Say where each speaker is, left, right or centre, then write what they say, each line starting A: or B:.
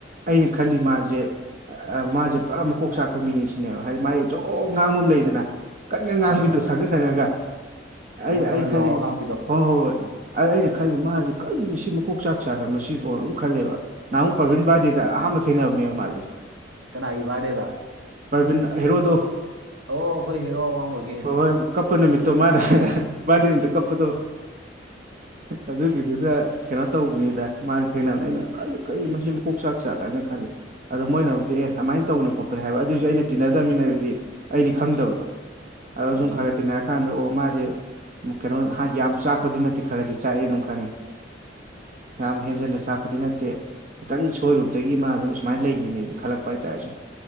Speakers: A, on the right; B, on the right.
A: ꯑꯩꯅ ꯈꯜꯂꯤ ꯃꯥꯖꯦ ꯑ ꯑ ꯃꯥꯖꯦ ꯄꯨꯔꯥ ꯃꯀꯣꯛ ꯆꯥꯛꯄ ꯃꯤꯅꯤ ꯁꯤꯅꯦꯕ ꯍꯥꯏꯗꯤ ꯃꯥꯖꯦ ꯖꯣ ꯉꯥꯡꯕ ꯑꯝ ꯂꯩꯗꯅ ꯀꯟ ꯀꯟ ꯉꯥꯡꯕꯤꯗꯣ
B: ꯑꯥ
A: ꯁꯪꯉ ꯁꯪꯉꯒ
B: ꯁꯪꯉ
A: ꯑꯩ
B: ꯁꯪꯉ
A: ꯑꯩ ꯈꯜꯂꯤꯅꯦ
B: ꯂꯥꯎꯔ ꯉꯥꯡꯕꯤꯗꯣ
A: ꯍꯣ ꯍꯣ ꯍꯣꯏ
B: ꯎꯝ
A: ꯑꯗ ꯑꯩꯅ ꯈꯜꯂꯤ ꯃꯥꯖꯦ ꯀꯩꯔꯤꯅꯣ ꯁꯤ ꯃꯀꯣꯛ ꯆꯥꯛ ꯆꯥꯜꯂꯥ ꯃꯁꯤꯕꯣ ꯑꯗꯨꯝ ꯈꯜꯂꯦꯕ ꯅꯍꯥꯟꯃꯨꯛ ꯄ꯭ꯔꯕꯤꯟ ꯕꯥꯔꯗꯦꯗ ꯑꯍꯥꯟꯕ ꯊꯦꯡꯅꯕꯅꯦꯕ ꯃꯥꯖꯦ
B: ꯀꯅꯥꯒꯤ ꯕꯥꯔꯗꯦꯗ
A: ꯄ꯭ꯔꯕꯤꯟ ꯍꯦꯔꯣꯗꯣ
B: ꯑꯣ ꯑꯈꯣꯏ ꯍꯦꯔꯣ ꯑꯋꯥꯡꯕꯒꯤ
A: ꯍꯣꯏ ꯍꯣꯏ ꯀꯞꯄ ꯅꯨꯃꯤꯠꯇꯣ ꯃꯥꯅ <unintelligible> ꯕꯥꯔꯗꯦ ꯅꯨꯃꯤꯠꯇ ꯀꯞꯄꯗꯣ ꯑꯗꯨꯒꯤꯗꯨꯗ ꯀꯩꯅꯣ ꯇꯧꯕꯅꯤꯗ ꯃꯥꯖꯦ ꯊꯦꯡꯅꯕꯗ ꯑꯩꯅ ꯈꯜꯂꯤ ꯀꯩ ꯃꯁꯤ ꯃꯀꯣꯛ ꯆꯥꯛ ꯆꯥꯠꯂꯅꯦ ꯈꯜꯂꯦ ꯑꯗꯣ ꯃꯣꯏꯅꯕꯨꯗꯤ ꯑꯦ ꯑꯃꯥꯏꯟ ꯇꯧꯕꯅꯦ ꯈꯣꯠꯄꯅꯦ ꯍꯥꯏꯕ ꯑꯗꯨꯏꯖꯨ ꯑꯩꯅ ꯇꯤꯟꯅꯗꯝꯅꯤꯅ ꯑꯩꯗꯤ ꯑꯩꯗꯤ ꯈꯪꯗꯕꯗꯣ ꯑꯗꯣ ꯁꯨꯝ
B: ꯎꯝ
A: ꯈꯔꯒ ꯇꯤꯟꯅꯔꯀꯥꯟꯗ ꯑꯣ ꯃꯥꯖꯦ ꯃ ꯀꯩꯅꯣ ꯍꯥꯏ ꯌꯥꯝ ꯆꯥꯛꯄꯗꯤ ꯅꯠꯇꯦ ꯈꯔꯒꯗꯤ ꯆꯥꯛꯑꯦ ꯑꯗꯨꯝ ꯈꯪꯉꯦ ꯌꯥꯝ ꯍꯦꯟꯖꯟꯅ ꯆꯥꯛꯄꯗꯤ ꯅꯠꯇꯦ ꯈꯤꯇꯪ ꯁꯣꯏꯔꯨꯕꯗꯒꯤ ꯃꯥ ꯑꯗꯨꯝ ꯁꯨꯃꯥꯏꯟ ꯂꯩꯒꯤꯝꯅꯦꯖꯦ ꯈꯜꯂꯛꯄ ꯍꯥꯏꯇꯥꯔꯦ ꯁꯨꯝ